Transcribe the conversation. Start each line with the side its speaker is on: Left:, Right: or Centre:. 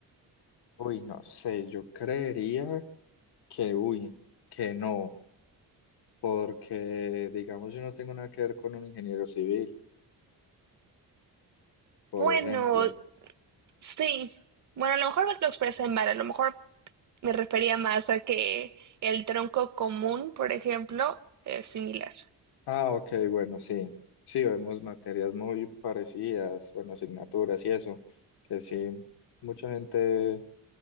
Left: uy, no sé, yo creería que, uy, que no. Porque, digamos, yo no tengo nada que ver con un ingeniero civil, por
Right: Bueno,
Left: ejemplo.
Right: sí. Bueno, a lo mejor lo expresé mal, a lo mejor me refería más a que el tronco común, por ejemplo, es similar.
Left: Ah, ok, bueno, sí. Sí, vemos materias muy parecidas, bueno, asignaturas y eso, que sí, mucha gente,